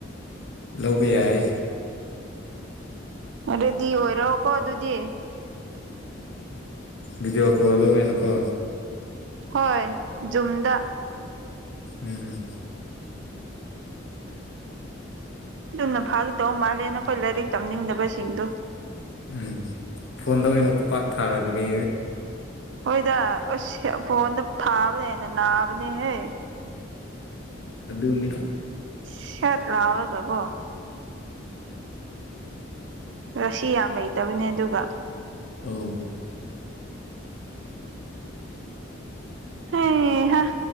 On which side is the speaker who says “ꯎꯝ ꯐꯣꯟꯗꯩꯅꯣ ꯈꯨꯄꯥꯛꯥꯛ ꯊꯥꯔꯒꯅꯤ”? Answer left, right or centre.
Left